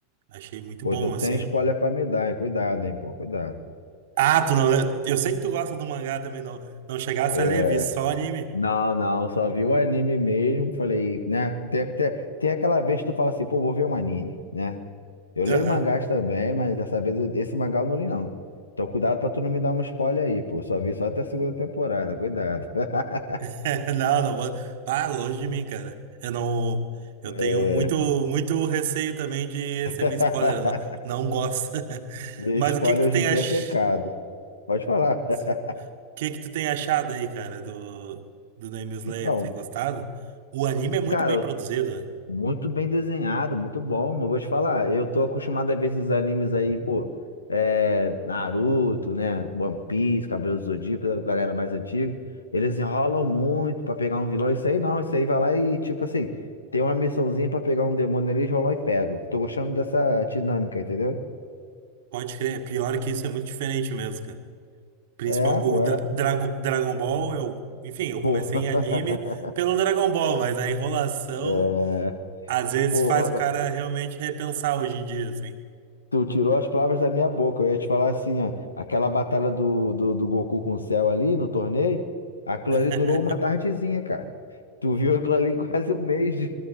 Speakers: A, on the right; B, on the left.
A: Achei muito
B: Pô,
A: bom,
B: então
A: assim.
B: tem spoiler pra me dar, hein? Cuidado, hein, pô, cuidado.
A: Ah, tu não. le- Eu sei que tu gosta do mangá também. Não, não chegasse
B: É,
A: a ler, vi só anime.
B: Não, não, só vi o anime mesmo. Falei, né? Tem, tem, tem aquela vez que tu fala assim, pô, vou ver um anime, né? Eu leio
A: Aham.
B: mangás também, mas dessa vez eu- esse mangá eu não li, não. Então cuidado pra tu não me dar um spoiler aí, pô. Só vi só até a segunda temporada, cuidado. <laughs>
A: <laughs> Não, não, vou- ah, longe de mim, cara. Eu não, eu
B: É.
A: tenho muito, muito receio também de receber
B: <laughs>
A: spoiler. eu Não, não gosto. <laughs>
B: E
A: Mas
B: spoiler
A: o que que tu
B: hoje
A: tem
B: em dia
A: ach...
B: é pecado. Pode falar.
A: o
B: <laughs>
A: que que tu tem achado aí, cara, do do Demon Slayer?
B: Então,
A: Tem gostado? O anime é muito
B: cara,
A: bem produzido, né?
B: Muito bem desenhado, muito bom. Eu vou te falar, eu tô acostumado a ver esses animes aí, pô, é, Naruto, né? One Piece, Cavaleiros do Zodíaco, a galera mais antiga. Eles enrolam muito pra pegar um vilão. Isso aí não, isso aí vai lá e, tipo assim, tem uma missãozinha pra pegar um demônio ali, eles vão lá e pegam. Tô gostando dessa dinâmica, entendeu?
A: Pode crer. é Pior que isso é muito diferente mesmo, cara. Principal,
B: É, pô,
A: o Dra-
B: é.
A: Drago- Dragon Ball, eu, enfim, eu
B: Pô.
A: comecei
B: <laughs>
A: em anime pelo Dragon Ball, mas a enrolação
B: É,
A: às vezes
B: pô.
A: faz o cara realmente repensar hoje em dia, assim.
B: Tu tirou as palavras da minha boca. Eu ia te falar assim, ó, aquela batalha do, do, do Goku com o Cell ali no torneio, aquilo
A: <laughs>
B: ali durou uma tardezinha, cara. Tu viu aquilo ali em <laughs> quase um mês de...